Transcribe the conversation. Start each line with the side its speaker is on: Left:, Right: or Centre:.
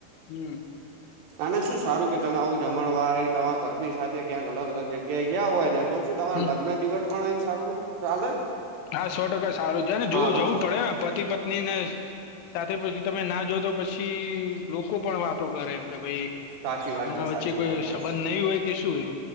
Left: હમ.
Right: અને શું સારું કે તમે આવું જમણવાર તમાર પ ની સાથે ક્યાંક અલગ અલગ જગ્યાએ ગયા હોય ને તો શું તમાર
Left: હમ
Right: લગ્ન જીવન પણ એક સારું ચાલે.
Left: હા સો ટકા સારું છે ને જોવું
Right: હા હા
Left: જવું પડે ને પતિ પત્ની ને, સાથે પછી તમે ના જાવ તો પછી લોકો પણ વાતો કરે એમ કે ભઈ.
Right: સાચી
Left: આમના
Right: વાત છે
Left: વચ્ચે
Right: સાચી
Left: કોઈ
Right: વાત છે
Left: સંબંધ નહી હોય કે શું એમ